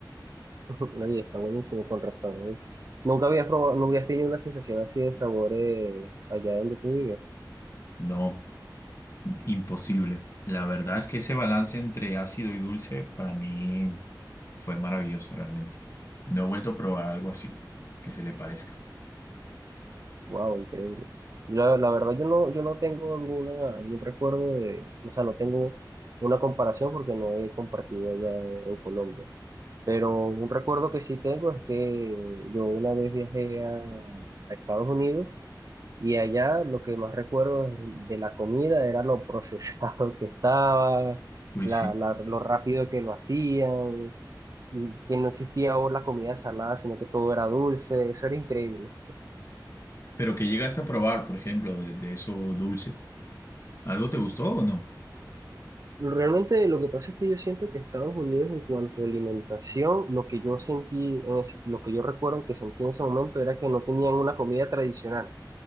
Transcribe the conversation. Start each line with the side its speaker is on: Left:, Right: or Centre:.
Right: <laughs> nadie está buenísimo, con razón. ¿eh? Nunca habías probado, nunca habías tenido una sensación así de sabor eh, allá donde tú vives.
Left: No. Imposible. La verdad es que ese balance entre ácido y dulce para mí fue maravilloso realmente. No he vuelto a probar algo así que se le parezca.
Right: Wow, increíble. La, la verdad, yo no, yo no tengo alguna, algún recuerdo de, o sea, no tengo una comparación porque no he compartido allá en, en Colombia. Pero un recuerdo que sí tengo es que yo una vez viajé a, a Estados Unidos Y allá lo que más recuerdo de de la comida era lo procesado <laughs> que estaba,
Left: Uy,
Right: la,
Left: sí.
Right: la- lo rápido que lo hacían, y que no existía ahora la comida salada, sino que todo era dulce, eso era increíble.
Left: Pero que llegaste a probar, por ejemplo, de, de eso dulce? ¿Algo te gustó o no?
Right: Realmente lo que pasa es que yo siento que Estados Unidos en cuanto a alimentación, lo que yo sentí, o s- lo que yo recuerdo que sentí en ese momento era que no tenían una comida tradicional.